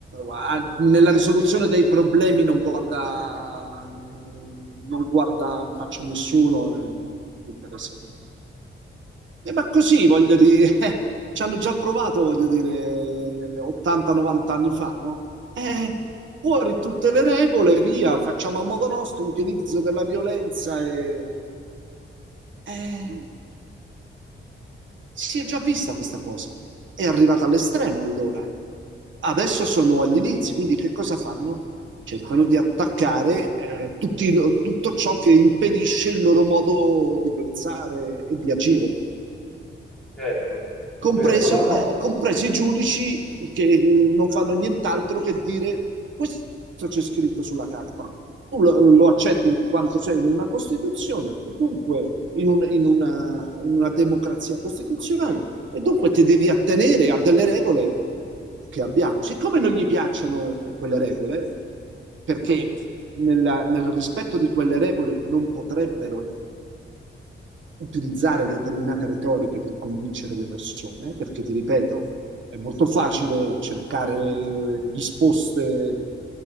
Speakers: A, on the right; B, in the centre.
A: ha- nella risoluzione dei problemi non guarda, non guarda in faccia a nessuno. e interessa- eh, ma così, voglio dire, <laughs> ci hanno già provato, voglio dire, 80-90 anni fa, no? Eh, fuori tutte le regole, via, facciamo a modo nostro, utilizzo della violenza e... Eh, si è già vista questa cosa. È arrivata all'estremo allora. Adesso sono agli inizi, quindi che cosa fanno? Cercano di attaccare eh, tutti- lo- tutto ciò che impedisce il loro modo di pensare e di agire
B: Certo,
A: compreso,
B: certo, no, no,
A: eh, compresi i giudici che eh, non fanno nient'altro che dire questo c'è scritto sulla carta. Tu lo, lo accetti in quanto sei in una Costituzione, e dunque in, un, in, una, in una democrazia costituzionale, e dunque ti devi attenere a delle regole che abbiamo. Siccome non gli piacciono quelle regole, perché nella, nel rispetto di quelle regole non potrebbero utilizzare determinate retoriche per convincere le persone, perché ti ripeto, è molto facile cercare risposte